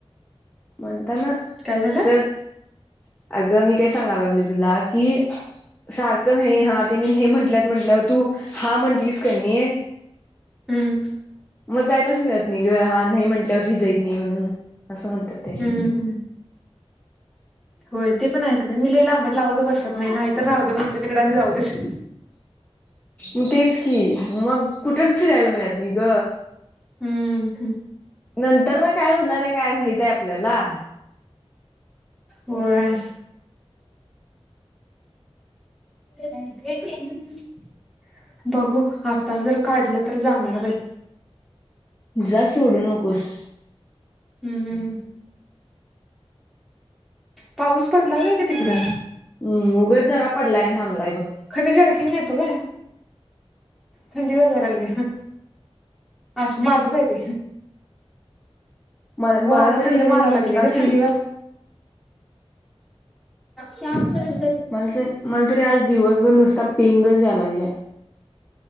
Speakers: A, on the left; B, in the centre.
A: म्हणता ना
B: काय झालं
A: जर अगं मी काय सांगाय लागलोय तुला कि सारखं नाही हा तिने नाही म्हंटल्यात म्हंटल्यावर तू हा म्हटलीस कनी
B: हम्म.
A: मग जायलाच मिळत नाही ग हा नाही म्हटल्यावर हि जाईत नाही म्हणून. असं म्हणतात तेनी.
B: हम्म होय ते पण हाय खरं मी लय लांबड लावत बसत नाय नाही तर राहूदे <unintelligible> जाऊ देच.
A: म तेच की मग कुठेच फिरायला मिळत नाई ग.
B: हम्म
A: नंतर न काय हूणार हाय काय माहित हाय आपल्याला?
B: होय. <inaudible> बघू आता जर काढलं तर जाणार बाई.
A: जा सोडू नकोस.
B: हम्म हं. पाऊस पडला व्हय ग तिकड?
A: हम्म उगच जरा पडलाय नं थांबलाय बघ.
B: खनी जर्किंग नेतो काय थंडी वाजाय लागल्या. आस माझच हाय ते.
A: मला मला
B: व्हार
A: तरी
B: थंड
A: कणी
B: माराय
A: नुसताशी
B: लागलय ग थंडी वा शमच घर
A: मला तर मला तरी आज दिवसभर नुसता पेंगच याय लागल्या.